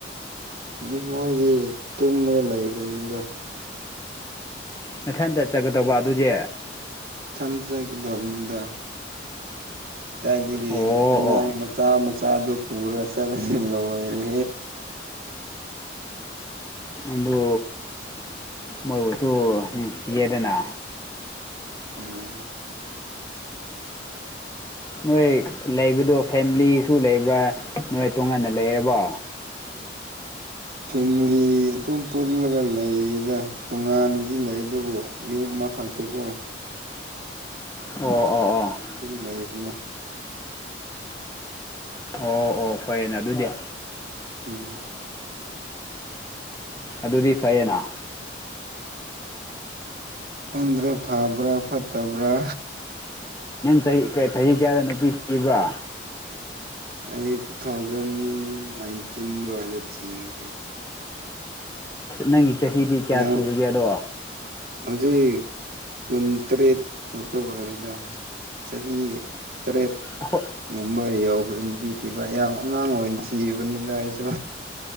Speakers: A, on the right (about 55°); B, on the left (about 15°).
A: ꯎꯝ ꯃꯣꯏꯗꯤ ꯇꯨꯝꯃꯒ ꯂꯩꯈ꯭ꯔꯅꯤꯗ
B: ꯃꯊꯟꯇꯠ ꯆꯠꯒꯗꯧꯕ ꯑꯗꯨꯗꯤ
A: ꯏꯊꯟꯗ ꯆꯥꯏꯀꯗꯕꯅꯤꯗ ꯀꯗꯥꯏꯗꯒꯤ
B: ꯑꯣ
A: ꯑꯉꯥꯡ ꯆꯥ ꯃꯆꯥꯗꯨ ꯄꯨꯔ ꯆꯠꯂꯁꯤ ꯂꯣꯏꯔꯦ
B: ꯑꯗꯨ ꯃꯣꯏꯕꯨꯁꯨ ꯅꯨꯡꯁꯤꯌꯦꯗꯅ
A: ꯎꯝ
B: ꯅꯣꯏ ꯂꯩꯕꯗꯣ ꯐꯦꯃꯤꯂꯤꯁꯨ ꯂꯩꯕ꯭ꯔꯥ ꯅꯣꯏ ꯇꯣꯉꯥꯟꯅ ꯂꯩꯔꯕꯣ
A: ꯐꯦꯃꯤꯂꯤ ꯑꯗꯨꯝ ꯄꯨꯜꯂꯒ ꯂꯩꯌꯦꯗ ꯇꯣꯉꯥꯟꯅꯗꯤ ꯂꯩ ꯑꯗꯨꯕꯨ ꯌꯨꯝ ꯑꯃꯈꯛ ꯠꯇꯒꯣ
B: ꯑꯣ ꯑꯣ ꯑꯣ
A: ꯄꯨꯨꯝ ꯂꯩ ꯏꯅ
B: ꯎꯝ ꯑꯣ ꯑꯣ ꯐꯔꯦꯅꯦ ꯑꯗꯨꯗꯤ
A: ꯎꯝ
B: ꯑꯗꯨꯗꯤ ꯐꯩꯌꯦꯅ
A: ꯈꯪꯗ꯭ꯔꯦ ꯐꯕ꯭ꯔꯥ ꯐꯠꯇꯕ꯭ꯔꯥ
B: ꯅꯪ ꯆꯍꯤ ꯆꯍꯤ ꯀꯌꯥꯗ ꯅꯨꯄꯤ ꯊꯤꯕ꯭ꯔꯣ
A: ꯑꯩ ꯇꯨ ꯊꯥꯎꯖꯟ ꯅꯥꯏꯟꯇꯤꯟ ꯑꯗꯨꯋꯥꯏꯗ ꯊꯤꯈ꯭ꯔꯦ
B: ꯅꯪꯒꯤ ꯆꯍꯤꯗꯤ ꯀꯌꯥ
A: ꯌꯥꯝ
B: ꯁꯨꯔꯒꯦꯗꯣ
A: ꯍꯧꯖꯤꯛ ꯀꯨꯟꯇꯔꯦꯠ ꯈꯛꯇ ꯑꯣꯏꯔꯤꯗ ꯆꯍꯤ ꯇꯔꯦꯠ
B: ꯍꯣꯏ
A: ꯃꯨꯝꯕꯥꯏ ꯌꯧꯈ꯭ꯔꯦ ꯅꯨꯄꯤ ꯊꯤꯕ ꯌꯥꯝ ꯑꯉꯥꯡ ꯑꯣꯏꯅ ꯊꯤꯕꯅꯤꯗ ꯑꯩꯁꯨ